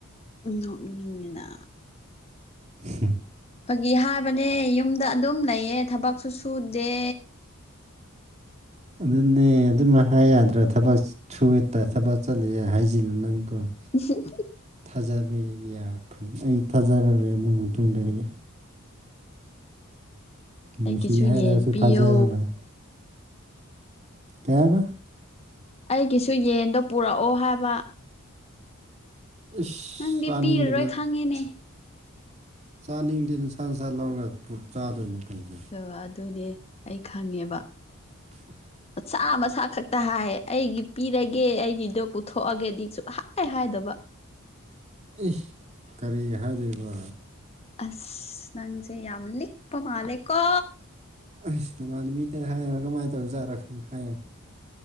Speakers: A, on the left; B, on the right.
A: ꯅꯣꯛꯅꯤꯡꯉꯤꯅ
B: ꯍꯝ
A: ꯐꯥꯒꯤ ꯍꯥꯏꯕꯅꯦ ꯌꯨꯝꯗ ꯑꯗꯨꯝ ꯂꯩꯌꯦ ꯊꯕꯛꯁꯨ ꯁꯨꯗꯦ
B: ꯑꯗꯨꯅꯦ ꯑꯗꯨꯝ ꯍꯥꯏ ꯌꯥꯗ꯭ꯔꯥ ꯊꯕꯛ ꯊ꯭ꯔꯨꯋꯦꯠꯇ ꯊꯕꯛ ꯆꯠꯂꯦ ꯍꯥꯏꯖꯤꯜꯂꯨ ꯅꯪꯀꯣ
A: ꯎ
B: ꯊꯥꯖꯕꯒꯤꯒꯌꯥ ꯐꯪ ꯑꯩ ꯊꯥꯖꯔꯔꯦ ꯑꯃꯨꯨꯡ ꯃꯇꯨꯡꯗꯔꯒ ꯅꯨꯡꯁꯤ
A: ꯑꯩꯒꯤꯁꯨ
B: ꯍꯥꯏꯔꯁꯨ
A: ꯌꯦꯟ ꯄꯤꯌꯣ
B: ꯊꯥꯖꯔꯔꯣꯏ ꯇꯕ
A: ꯑꯩꯒꯤꯁꯨ ꯌꯦꯟꯗꯣ ꯄꯨꯔꯛꯑꯣ ꯍꯥꯏꯕ
B: ꯏꯁꯥꯅꯤꯡꯒꯤꯅꯠ
A: ꯅꯪꯗꯤ ꯄꯤꯔꯔꯣꯏ ꯈꯪꯉꯤꯅꯦ
B: ꯆꯥꯅꯤꯡꯗꯦ ꯅꯨꯡꯁꯥ ꯅꯨꯡꯁꯥ ꯂꯧꯔꯒ ꯄꯨ ꯆꯥꯗꯣꯏꯅ ꯀꯩꯒꯤꯅꯣ
A: ꯑ ꯑꯗꯨꯅꯦ ꯑꯩ ꯈꯪꯉꯦꯕ
B: <inaudible>
A: ꯃꯆꯥ ꯃꯆꯥꯥ ꯈꯛꯇ ꯍꯥꯏ ꯑꯩꯒꯤ ꯄꯤꯔꯒꯦ ꯑꯩꯒꯤꯗꯣ ꯄꯨꯊꯣꯛꯑꯒꯗꯤ ꯁꯨꯡ ꯍꯥꯏ ꯍꯥꯏꯗꯕ
B: ꯑꯦ ꯀꯔꯤ ꯍꯥꯏꯗꯣꯏꯔꯤꯕ
A: ꯑꯁ ꯅꯪꯁꯦ ꯌꯥꯝ ꯂꯤꯛꯄ ꯃꯥꯜꯂꯦꯀꯣ
B: ꯑꯁ ꯅꯃꯥꯟꯅ ꯃꯤꯇꯅ ꯍꯥꯏꯌꯦꯉꯣ ꯀꯃꯥꯏꯅ ꯇꯧꯖꯠꯔꯛ ꯈꯅꯣ ꯍꯥꯏꯌꯦꯉꯣ